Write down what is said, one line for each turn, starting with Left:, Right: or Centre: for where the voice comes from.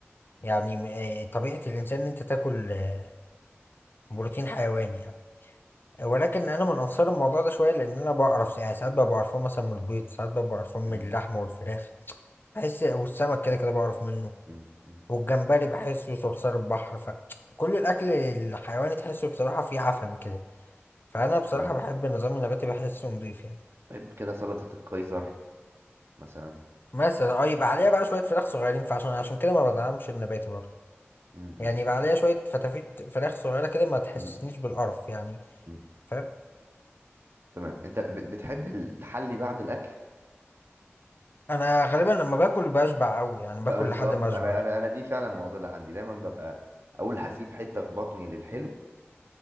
Left: يعني آه، طبيعه الانسان ان انت تاكل آه، بروتين حيواني يعني ولكن انا من انصار الموضوع ده شويه لان انا بعرف يعني ساعات ببقى بعرفه مثلا من البيض ساعات ببقى بعرفه من
Right: مم.
Left: اللحمه والفراخ بحس والسمك كده كده بعرف منه
Right: مم. مم.
Left: والجمبري بحسه صرصار البحر فكل الاكل الحيواني تحسه بصراحه فيه عفن كده فانا بصراحه
Right: آه.
Left: بحب النظام النباتي بحسه نضيف يعني
Right: بحب كده سلطة القيصر مثلا
Left: مثلا اه يبقى عليها بقى شويه فراخ صغيرين فعشان عشان كده ما بدعمش النباتي برضه
Right: مم.
Left: يعني
Right: مم.
Left: يبقى عليها شويه فتافيت فراخ صغيره كده ما تحسسنيش
Right: مم.
Left: بالقرف يعني
Right: مم.
Left: فاهم
Right: تمام أنت ب- بتحب التحلي بعد الأكل؟
Left: انا غالبا لما باكل بشبع قوي يعني باكل
Right: لا بالظبط
Left: لحد ما اشبع
Right: انا انا انا دي فعلا معضله عندي دايما ببقى اقول هسيب حته في بطني للحلو